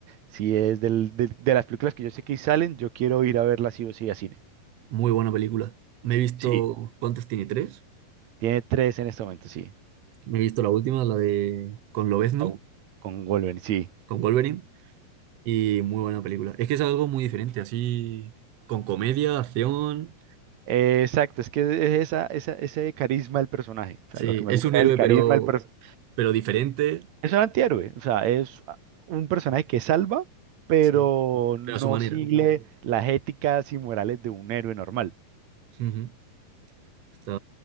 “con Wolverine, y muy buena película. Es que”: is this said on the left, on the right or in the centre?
Right